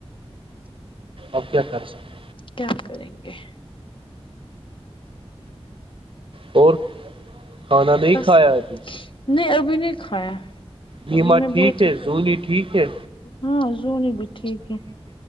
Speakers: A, on the right; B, on the left.
A: اپ کیا کر سکتے <unintelligible>
B: کیا کریں گے <unintelligible>
A: اور <unintelligible>
B: بس
A: کھایا ابھی
B: نہیں ابھی نہیں کھایا
A: نیما
B: ابھی میں
A: ٹھیک
B: بیٹے
A: ہے زنی ٹھیک ہے
B: ہاں زنی بھی ٹھیک ہے